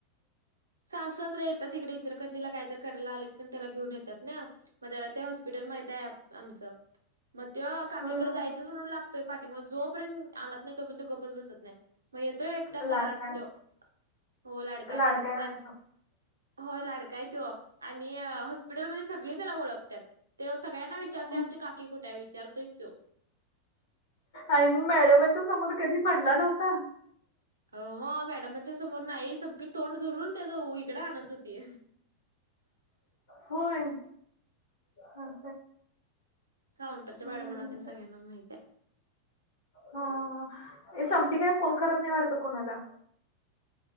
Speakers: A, on the right; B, on the left.
A: सासु सासरे येतात. इकडे इचलकरंजीला काहीतरी करायला आलेत कणी त्याला घेऊन येतात ना. मग त्याला ते हॉस्पिटल माहिताय आ आमचं मग तो काकीकडे
B: हम्म
A: जायचंच म्हणला. तोय पाठीमग जोपर्यंत आणत नाही, तोपर्यंत तो गप्पच बसत नाही. मग ये तो एकटा
B: लाडकाय
A: तराट तो, हो लाडका
B: लाडकाय
A: हाय.
B: वाढतो
A: होय लाडकाय तो आणि हॉस्पिटलमध्ये सगळी त्याला ओळखत्यात. तो सगळ्यांना विचारतोय.
B: हम्म.
A: आमची काकी कुठे हाय? विचारतोयच तो.
B: आणि मग मॅडमांच्या समोर कधी म्हणला नव्हता.
A: हो मॅडमच्या समोर नाही संपी तोंड ध -- म्हून त्याच <unintelligible> इकड आणत होती.
B: होय. ह.
A: काउंटरच्या
B: हम्म.
A: मॅडमांना तेन सगळ्यांना माहिताय.
B: हा, हा, हा. संपी काय फोन करत नाही वाटत कोणाला.